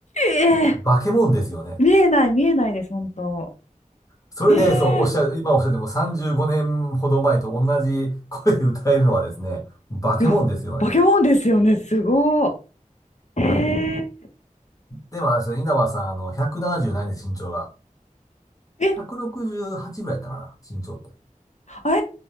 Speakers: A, on the left; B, on the left.
A: ええ
B: 化け物ですよね。
A: 見えない見えないです、本当。
B: それで、
A: ええ
B: そう、おっしゃる、今おっしゃっても35年ほど前と同じ声で歌えるのはですね、化け物ですよね。
A: いや、化け物ですよね。すごい。え
B: でも、あれですよ稲葉さん、あの、170何です、身長が。
A: ー、え、
B: 168ぐらいだったかな、身長って。
A: あえ